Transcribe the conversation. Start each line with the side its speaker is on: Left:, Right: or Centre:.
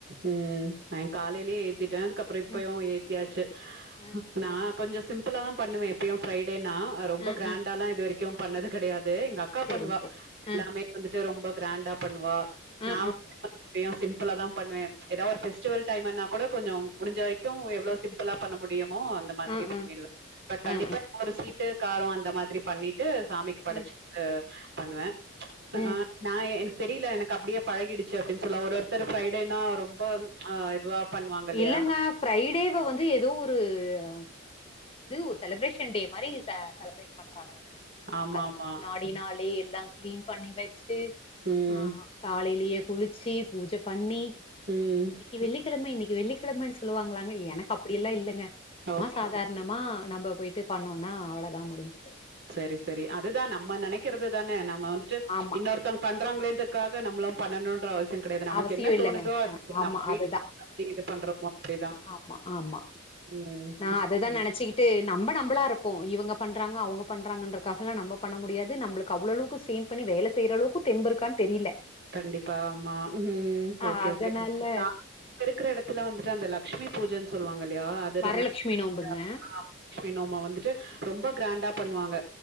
Right: ம் நா காலைலயே ஏத்திட்ட அதுக்கப்றோ இப்பயு
Left: ம்
Right: ஏத்தியாச்சு
Left: ஆ
Right: நா கொஞ்சோ சிம்புளாதா பண்ணுவே எப்பயு ஃபிரைடேனா ரொம்ப
Left: ஆ
Right: கிராண்டால்லா
Left: ஆ
Right: இது வரைக் க்கும் பண்ணது கெடையாது எங்கக்கா
Left: செரி
Right: பண்ணுவா
Left: செரி
Right: எல்லாமே
Left: ஆ
Right: வந்துட்டு ரொம்ப கிராண்டா பண்ணுவா
Left: ஆ
Right: நா <inaudible>
Left: ஆ
Right: தியு சிம்புளாதா பண்ணுவே ஏதா ஒரு பெஃஸ்டிவல் டைம்மன்னா கூட கொஞ்சோ முடிஞ்ச வரைக்கு எவ்ளோ சிம் புளா பண்ண முடியுமோ அந்த மாதிரி
Left: ஆ ஆ
Right: பண்ணிடுவ பட் கண்டிப்பா
Left: ஆ ஆ
Right: ஒரு சீட்டு காரோ அந்த மாதிரி பண்ணிட்டு சாமிக்கு படச்சு
Left: ம்
Right: அ பண்ணுவ அ
Left: ம்
Right: எ எனக்கு தெரில எனக்கு அப்டியே பழகிடுச்சு அப்டின்னு சொல்லா ஒரு ஒருத்தரு பிரைடேனா ரொம்ப ம் அ இதுவா பண்ணுவாங்க இல்லையா
Left: இல்லங்க ஃபிரைடேவ வந்து ஏதோ ஒரு <inaudible> இது ஒரு செலப்ரேஷன் டே மாரி செ செலப்ரேட் பண்றாங்கங்க
Right: ஆமா
Left: அதுக்கு
Right: ஆமா
Left: முன்னாடி அப்டினாலே எல்லா கிளீன் பண்ணி வெச்சு
Right: ம்
Left: ஆ காலைலயே குளிச்சு பூஜ பண்ணி ஆ
Right: ம்
Left: இன்னைக்கு வெள்ளிக்கிழம இன்னைக்கு வெள்ளிக்கிழமன்னு சொ சொல்லுவாங்களாங்க எனக்கு அப்டியெல்லா இல்லங்க சும்மா
Right: ஓகே
Left: சாதார்னோ மா நம்ம போய்ட்டு பண்ணோனா அவளதா முடிஞ்சுது
Right: சரி சரி அதுதா நம்ம நெனைக்கறது தானே நம்ம வந்துட்டு
Left: ஆமா
Right: இன்னொருத் தங் பண்றாங்ளேன்டத்காக நம்ளு பண்ணணுன்ற அவசியோ கெடயாது நமக்கு
Left: அவசியோ
Right: என்ன தோணுதோ
Left: இல்லங்க ஆமா
Right: நம்ம வீட்டுப்படி
Left: அதுதா
Right: இது பண்றோமோ அப்டிதா
Left: ஆமா ஆமா
Right: ம்
Left: நா அததா நெனச்சுகிட்டு நம்ம நம்மளா இருப்போ இவங்க பண்றாங்க அவுங்க பண்றாங்கன்ட்றக்காக நம்ம பண்ண முடியாது நம்ளுக்கு அவ்ளோ அளவுக்கு ஸ்ட்ரெய்ன் பண்ணி வேல செய்ற அளவுக்கு தெம்பு இருக்கான் தெரியல
Right: கண்டிப்பாமா ம்
Left: ஆ
Right: ஓகே
Left: அதனால
Right: ஓகே நா கிருக்கிற எடத்துல வந்துட்டு அந்த லக்ட்சுமி பூஜைன் சொல்லுவாங்கல்லையா அது
Left: வரலட்சுமி
Right: ரொன்னா
Left: நோம்புங்க
Right: <unintelligible> ட்சுமி நோம வந்துட்டு ரொம்ப கிராண்டா பண்ணுவாங்க